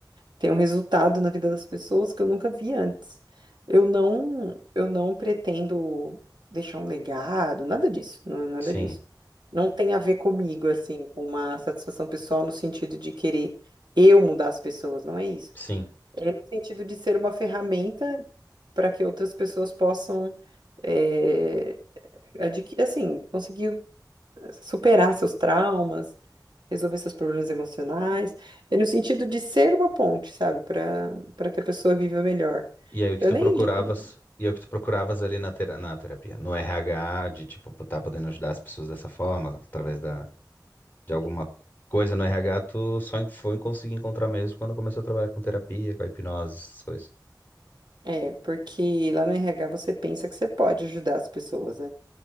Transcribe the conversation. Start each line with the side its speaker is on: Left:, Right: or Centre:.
Right: tem um resultado na vida das pessoas que eu nunca vi antes. Eu não, eu não pretendo deixar um legado, nada disso, não, nada
Left: Sim,
Right: disso. Não tem a ver comigo, assim, com uma satisfação pessoal no sentido de querer eu mudar as pessoas, não é isso.
Left: sim.
Right: É no sentido de ser uma ferramenta para que outras pessoas possam é, adquirir, assim, conseguir superar seus traumas, resolver seus problemas emocionais. É no sentido de ser uma ponte, sabe, para para que a pessoa viva melhor.
Left: E aí o que
Right: Eu
Left: tu
Right: nem
Left: procuravas?
Right: digo,
Left: E aí o que tu procuravas ali na, tera- na terapia? No RH, de tipo, pô, tá podendo ajudar as pessoas dessa forma, através da, de alguma coisa no RH, tu só en- foi conseguir encontrar mesmo quando começou a trabalhar com terapia, com a hipnose, essas coisas.
Right: é, porque lá no RH você pensa que você pode ajudar as pessoas, né?